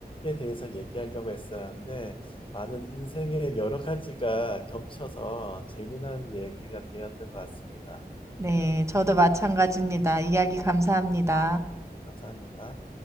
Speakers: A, on the left (about 30°); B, on the right (about 15°).
A: 대해서 얘기하려고 했었는데, 많은 인생의 여러 가지가 겹쳐서 재미난 얘기가 되었던 것 같습니다.
B: 네, 저도 마찬가지입니다. 이야기 감사합니다.
A: 감사합니다.